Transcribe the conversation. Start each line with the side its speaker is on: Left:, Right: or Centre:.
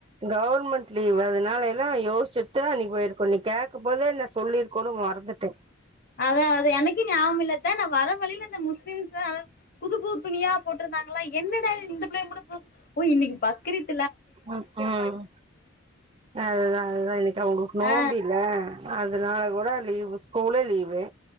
Right: கவ்ர்மெண்ட் லீவு அதுனால எல்லா யோஷ்சிட்தா இன்னைக் போய்ருக்கணு நீ கேக்கபெ போதே நா சொல்லிர்க்கணு மறந்துட்டே
Left: அதா அதா எனக்கே ஞாபம் இல்ல அத்த நா வர்ற வழில இந்த முஸ்லிம்ஸா <unintelligible> புது புதுத் துணியா போட்ரு ந்தாங்களா என்னடா இந்த பிள்ளைய மட்டு புதுப் ஓ இன்னக்கி பக்ரீத்
Right: ம் ம் அதுதா அதுதா இன்னக்கி அவ்ங்களுக்கு நோம்பீல
Left: ஆ
Right: அதுனால கூட லீவு ஸ்கூலே லீவு